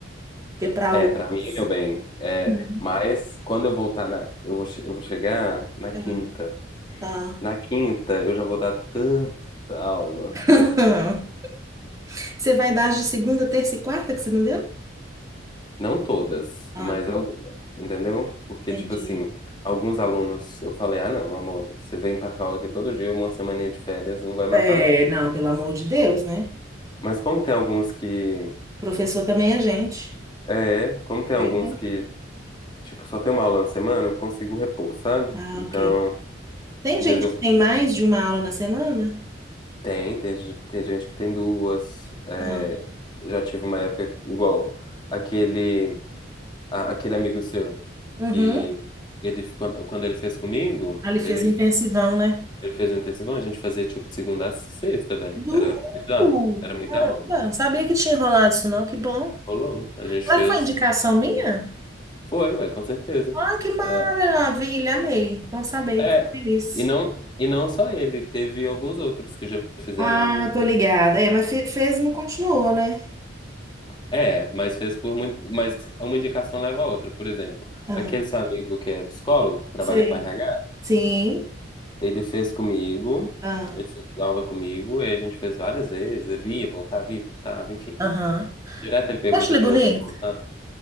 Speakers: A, on the right (about 15°); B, on the left (about 25°).
A: Porque para
B: É,
A: outros.
B: pra mim, meu bem. É,
A: Hum,
B: mas quando eu voltar na. Eu vou, che- eu vou chegar na quinta.
A: é, tá.
B: Na quinta, eu já vou dar tanta aula
A: <laughs>
B: que.
A: Você vai dar as de segunda, terça e quarta que você não deu?
B: Não todas,
A: Ah,
B: mas algumas, entendeu? Porque,
A: entendi.
B: tipo assim, alguns alunos eu falei, ah, não, amor, você vem passar aula aqui todo dia, uma semaninha de férias, não vai matar,
A: É,
B: não.
A: não, pelo amor de Deus, né?
B: Mas como tem alguns que.
A: Professor também é gente.
B: É, como tem
A: Perfeito.
B: alguns que, tipo, só tem uma aula na semana, eu consigo repor, sabe?
A: Ah,
B: Então,
A: ok. Tem
B: em
A: gente
B: vez de eu.
A: que tem mais de uma aula na semana?
B: Tem, tem, ge- tem gente que tem duas. é,
A: Ah,
B: já tive uma época igual aquele, a- aquele amigo seu
A: uhum.
B: que ele, quando, quando ele fez comigo,
A: Ali fez
B: ele
A: um intensivão, né?
B: Ele fez um intensivão, a gente fazia tipo de segunda a sexta, velho.
A: Nu!
B: Era bizarro, era muita
A: Caramba,
B: aula.
A: sabia que tinha rolado isso não, que bom.
B: Rolou. A gente
A: Será
B: fez.
A: que foi indicação minha?
B: Foi, ué, com certeza.
A: Ah, que maravilha,
B: Ah,
A: amei. Bom saber,
B: é,
A: fico feliz.
B: e não, e não só ele, teve alguns outros que já fizeram.
A: Ah, tô
B: um,
A: ligada. É, mas fe- fez e não continuou, né?
B: É, mas fez por muito. Mas uma indicação leva a outra. Por exemplo,
A: Ah,
B: aquele seu amigo que é psicólogo, que trabalha
A: sei.
B: com RH,
A: Sim.
B: ele fez comigo,
A: Ah,
B: ele fez aula comigo, e a gente fez várias vezes. Ele ia, voltava, ia, voltava, enfim.
A: aham.
B: Direto ele pergunta
A: Eu acho ele
B: de
A: bonito?
B: novo pra voltar.